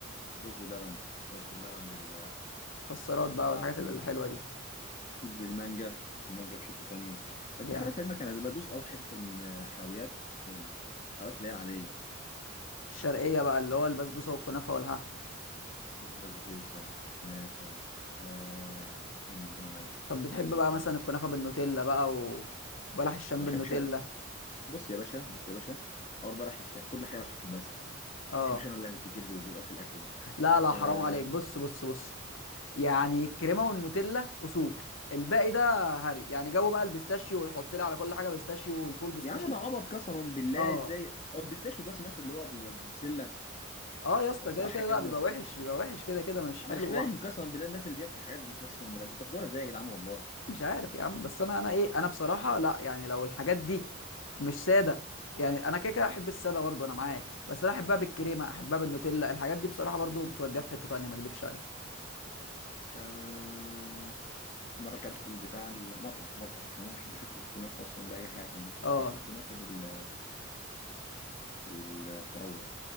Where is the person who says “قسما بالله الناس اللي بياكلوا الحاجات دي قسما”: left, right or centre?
Left